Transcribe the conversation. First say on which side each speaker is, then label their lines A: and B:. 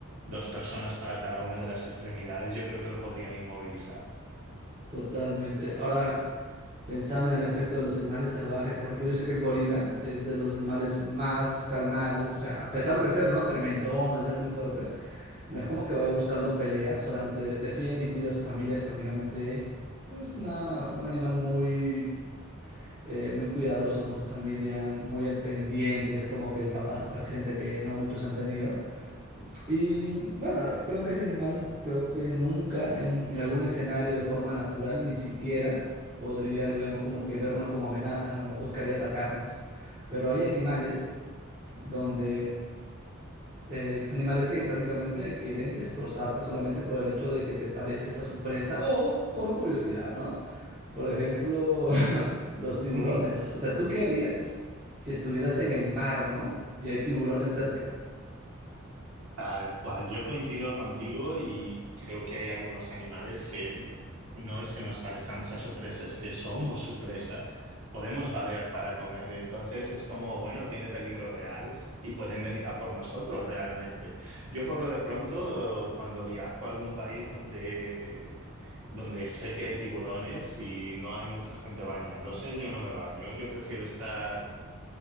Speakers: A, on the right; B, on the right.
A: dos personas para cada una de las extremidades, yo creo que lo podrían inmovilizar.
B: Totalmente. Ahora, pensando en el aspecto de los animales salvajes, por ejemplo, yo sé que el gorila es de los animales más calmados, o sea, a pesar de ser, ¿no? Tremendón, de ser muy fuerte, no es como que vaya buscando pelea, solamente defiende y cuida a su familia, es prácticamente, pues, una, un animal muy, eh, muy cuidadoso con su familia, muy al pendiente, es como que el papá presente que no muchos han tenido. Y bueno, creo que ese animal, creo que nunca en, un- en algún escenario de forma natural, ni siquiera podría, digamos, como que vernos como amenaza, ¿no? Buscaría atacarnos. Pero hay animales donde, eh, animales que prácticamente quieren destrozarte solamente por el hecho de que te pareces a su presa o por curiosidad, ¿no? Por ejemplo, <laughs> los tiburones.
A: <laughs>
B: O sea, ¿tú qué harías si estuvieras en el mar, ¿no? Y hay tiburones cerca.
A: Tal cual, yo coincido contigo y creo que hay algunos animales que no es que nos parezcamos a su presa, es que somos su presa, podemos valer para comer. Entonces es como, bueno, tiene peligro real y pueden venir a por nosotros realmente. Yo por lo de pronto, cuando viajo a algún país donde, donde sé que hay tiburones y no hay mucha gente bañándose, yo no me baño, yo prefiero estar